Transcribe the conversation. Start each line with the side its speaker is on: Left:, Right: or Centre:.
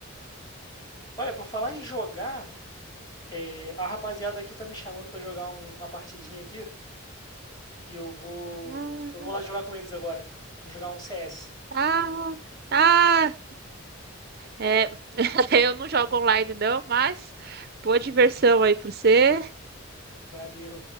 Left: Olha, por falar em jogar, é, a rapaziada aqui tá me chamando pra jogar um- uma partidinha aqui e eu vou,
Right: Ah,
Left: eu vou lá jogar com eles agora. Vou jogar um CS.
Right: ah, ah. É, <laughs> eu não jogo online não, mas boa diversão aí pra você.
Left: Valeu.